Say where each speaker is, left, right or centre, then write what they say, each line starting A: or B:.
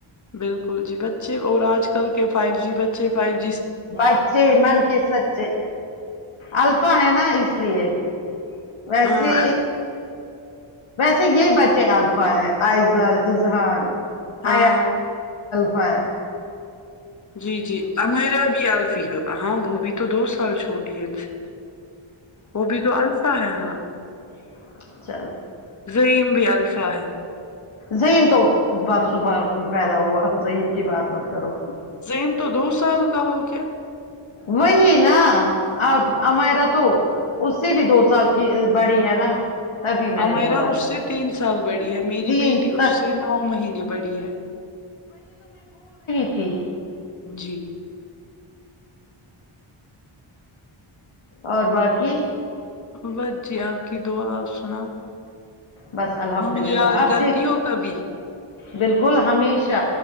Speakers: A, on the left; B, on the left.
A: بالکل جی بچے اور آج کل کے فائیو جی بچے فائیو ج
B: بچے من کے سچے الفا ہے نا اس اس لیے ویسے
A: ہاں
B: ویسے یہ بچے الفا ہے آئزر اذہان ہ
A: ہاں
B: بر
A: جی جی امیرا بھی اللفی ہے ہاں وہ بھی تو دو سال چھوٹی ہے ان سے وہ بھی تو الفا ہے ہاں
B: <unintelligible>
A: زعیم بھی الفا ہے
B: زہم تو پرسوں پر پیدا ہوا زہم کی بات مت کرو
A: زم تو دو سال کا ہوگیا کیا
B: وہی نا ا امیرا تو اس سے بھی دو سال کی بڑی ہے نا تبھی میں
A: امیرا
B: نے بولا
A: اس
B: تھا
A: سے تین سال بڑی ہے میری
B: تین
A: بیٹی
B: تک
A: اس سے نو مہینے بڑی ہے
B: پ پھی
A: جی
B: اور باقی
A: ب جی آپ کی دعا سناؤ
B: بس الحمدللہ
A: م نے یاد
B: اب
A: کرتی
B: دیکھ
A: ہو کبھی
B: بالکل ہمیشہ